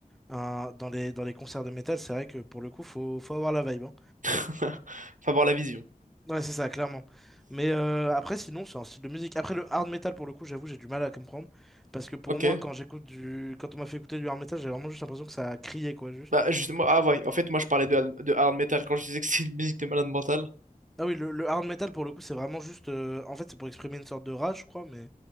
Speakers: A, in the centre; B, on the right.
A: un- dans les, dans les concerts de métal, c'est vrai que pour le coup, faut, faut avoir la vibe. hein.
B: <laughs> Faut avoir la vision.
A: Ouais, c'est ça, clairement. Mais euh, après, sinon, c'est un style de musique. Après, le hard metal, pour le coup, j'avoue, j'ai du mal à comprendre. Parce que pour
B: Ok.
A: moi, quand j'écoute du... quand on m'a fait écouter du hard metal, j'ai vraiment juste l'impression que ça criait, quoi, juste.
B: Bah, justement, ah ouais, en fait, moi, je parlais de, hard- de hard metal quand je disais que c'est une musique de malade mental.
A: Ah oui, le, le hard metal, pour le coup, c'est vraiment juste... euh, En fait, c'est pour exprimer une sorte de rage, je crois, mais...